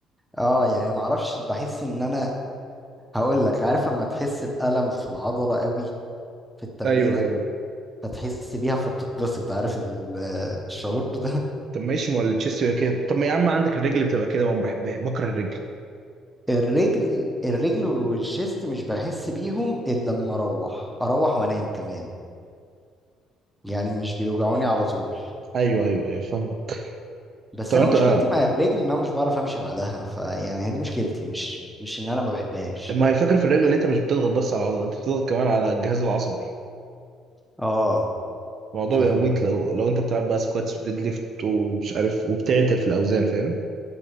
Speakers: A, in the centre; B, on the right.
A: اه يعني ما اعرفش بحس ان انا هقول لك عارف اما تحس بألم في العضلة قوي في التمرينة
B: ايوه ايوه
A: فتحس بيها فبتتبسط عارف ال- <laughs> الشعور ده
B: طب ماشي ما هو التشيست يبقى كده طب ما يا عم عندك الرجل بتبقى كده وانا بحبها بكره الرجل
A: الرجل الرجل والشيست مش بحس بيهم الا لما اروح اروح وانام كمان يعني مش بيوجعوني على طول
B: ايوه ايوه ايوه فاهمك
A: بس
B: طب
A: انا
B: انت
A: مشكلتي
B: آه،
A: مع الرجل ان انا مش بعرف امشي بعدها فيعني هي دي مشكلتي مش مش ان انا ما بحبهاش
B: ما هي الفكره في الرجل ان انت مش بتضغط بس على العضله انت بتضغط كمان على الجهاز العصبي
A: اه
B: الموضوع
A: فاهمك
B: بيبقى مميت لو لو انت بتلعب بقى سكواتس وديد ليفت ومش عارف وبتعتل في الاوزان فاهم